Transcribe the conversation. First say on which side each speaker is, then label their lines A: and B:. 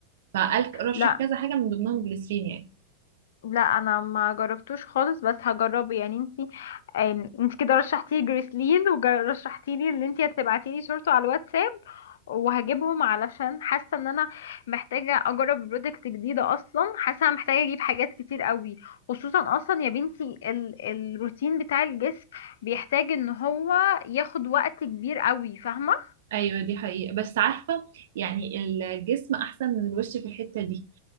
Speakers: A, on the right; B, on the left.
A: فقال رشح
B: لا
A: كذا حاجه من ضمنهم جليسرين يعني
B: لا انا ما جربتوش خالص بس هجربه يعني انتي آم، انتي كده رشحتي لي جريسلين ورشحتي لي اللي انتي هتبعتي لي صورته على الواتساب وهجيبهم علشان حاسه ان انا محتاجه اجرب برودكت جديده اصلا حاسه انا محتاجه اجيب حاجات كتير قوي خصوصا اصلا يا بنتي ال الروتين بتاع الجسم بيحتاج ان هو ياخد وقت كبير قوي فاهمه
A: ايوه دي حقيقه بس عارفه يعني الجسم احسن من الوش في الحته دي